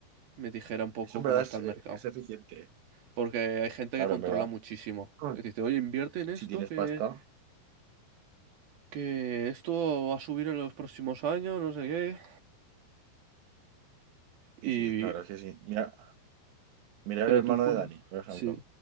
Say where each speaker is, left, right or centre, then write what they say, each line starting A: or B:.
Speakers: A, on the right; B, on the right.
A: me dijera un poco
B: Eso en verdad
A: cómo está
B: es,
A: el
B: eh,
A: mercado.
B: es eficiente.
A: Porque hay gente
B: Claro,
A: que controla
B: en verdad.
A: muchísimo,
B: Ah.
A: que te dice, oye, invierte en esto,
B: Si tienes
A: que,
B: pasta,
A: que esto va a subir en los próximos años, no sé qué. Y,
B: sí, sí, la verdad es que sí. Mira, mira
A: pero
B: el hermano
A: tú juegas,
B: de Dani, por ejemplo.
A: sí,